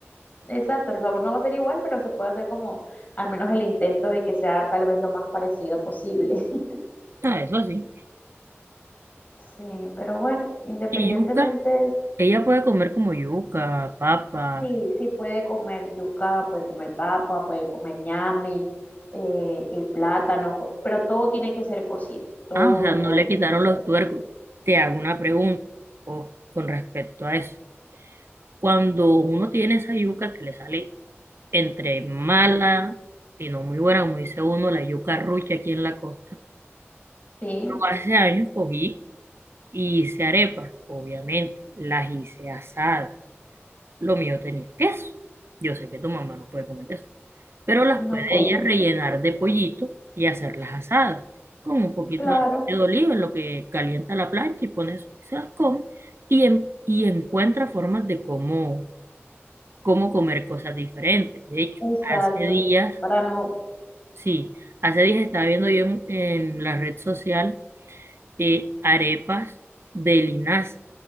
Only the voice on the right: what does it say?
Ah, eso sí.
Y yuca, ella puede comer como yuca, papa.
Ah, o sea, no
le
quitaron
los tuercos.
Te hago una pregunta, oh, con respecto a eso. Cuando uno tiene esa yuca que le sale entre mala y no muy buena, como dice uno, la yuca rucha aquí en la costa,
yo hace años cogí y hice arepas, obviamente, las hice asadas. Lo mío tenía queso. Yo sé que tu mamá no puede comer queso, pero las
puede
ella rellenar de pollito y hacerlas asadas, con un poquito
de aceite de oliva, en lo que calienta la plancha y pones, se las come y, en- y encuentra formas de cómo cómo comer cosas diferentes. De hecho,
hace días,
sí, hace días estaba viendo yo en, en la red social eh, arepas de linaza.